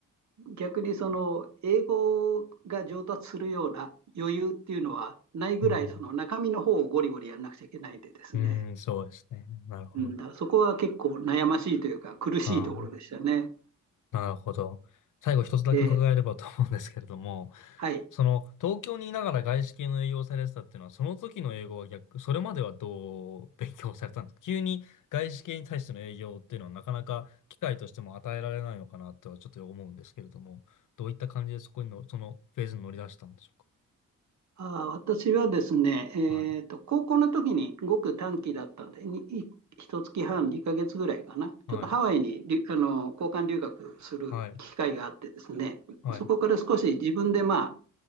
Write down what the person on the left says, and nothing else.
うん。
うーん、そうですね。なるほど。
ああなるほど。最後一つだけ伺えればと思うんですけれども、
その東京にいながら外資系の営業をされてたっていうのは、その時の英語は逆、それまではどう勉強されたんですか急に外資系に対しての営業っていうのはなかなか機会としても与えられないのかなとはちょっと思うんですけれども、どういった感じでそこにの、そのフェーズに乗り出したんでしょう
かはい。
はい。
はい。はい。
う